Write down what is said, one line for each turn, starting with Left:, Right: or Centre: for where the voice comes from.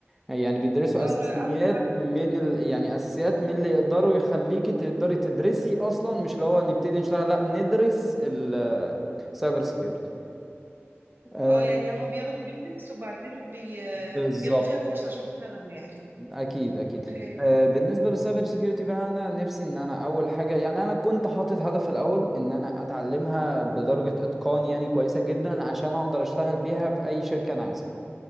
Centre: يعني بيدرسوا
Right: اه
Centre: اساسيات
Right: انا اعرف حد
Centre: من ال... يعني اساسيات من اللي يقدروا يخليكي تقدري تدرسي اصلا مش اللي هو نبتدي نشتغل لا ندرس السايبر سيكيورتي آه،
Right: اه يعني هما بياخدوا بيزكس وبعدين بي...
Centre: بالظبط
Right: بياخدوا فيها كورس عشان يشتغلوا يعني
Centre: اكيد اكيد
Right: اوكي
Centre: آه، بالنسبه للسايبر سيكيورتي بقى انا نفسي ان انا اول حاجه يعني انا كنت حاطط هدف في الاول ان انا اتعلمها بدرجه اتقان يعني كويسه جدا عشان اقدر اشتغل بيها في اي شركه انا عايزها